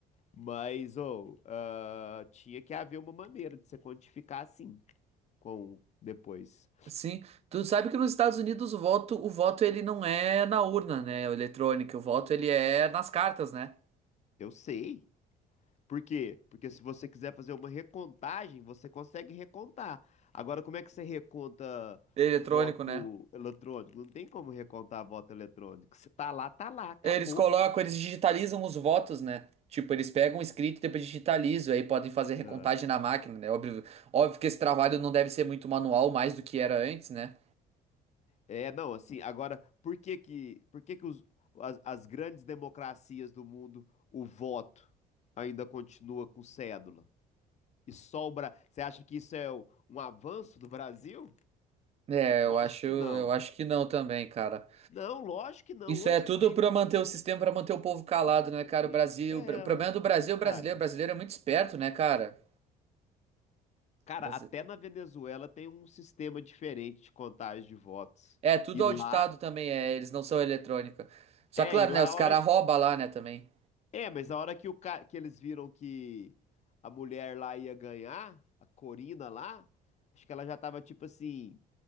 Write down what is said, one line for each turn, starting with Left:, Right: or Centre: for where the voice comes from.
Left: Mas, ou, ah, tinha que haver uma maneira de você quantificar assim, com depois.
Right: sim. Tu sabe que nos Estados Unidos o voto, o voto ele não é na urna, né? O eletrônico, o voto ele é nas cartas, né?
Left: Eu sei. Por quê? Porque se você quiser fazer uma recontagem, você consegue recontar. Agora, como é que você reconta
Right: Eletrônico,
Left: voto
Right: né?
Left: eletrônico? Não tem como recontar voto eletrônico. Se tá lá, tá lá, acabou.
Right: Eles colocam, eles digitalizam os votos, né? Tipo, eles pegam o escrito e depois digitalizam, aí podem fazer recontagem
Left: Ah,
Right: na máquina, né? Óbvio, óbvio que esse trabalho não deve ser muito manual, mais do que era antes, né?
Left: É, não, assim, agora, por que que, por que que os- as, as grandes democracias do mundo, o voto ainda continua com cédula? E só o Bra... Você acha que isso é o- um avanço do Brasil?
Right: É, eu
Left: Lógico
Right: acho,
Left: que
Right: eu
Left: não.
Right: acho que não também, cara.
Left: Não, lógico que não.
Right: Isso
Left: Onde
Right: é tudo
Left: que tem...
Right: pra manter o sistema, pra manter o povo calado,
Left: Exatamente.
Right: né, cara? O Brasil,
Left: É,
Right: o problema
Left: ué.
Right: do Brasil é o
Left: Cara,
Right: brasileiro. O brasileiro é muito esperto, né, cara?
Left: cara,
Right: Brasi-
Left: até na Venezuela tem um sistema diferente de contagem de votos.
Right: É, tudo
Left: E lá,
Right: auditado também, é, eles não são eletrônica. Só
Left: é,
Right: claro,
Left: e lá
Right: né, os
Left: a
Right: caras
Left: hora
Right: roubam lá, né, também,
Left: É, mas na hora que, o ca... que eles viram que a mulher lá ia ganhar, a Corina lá, acho que ela já tava tipo assim,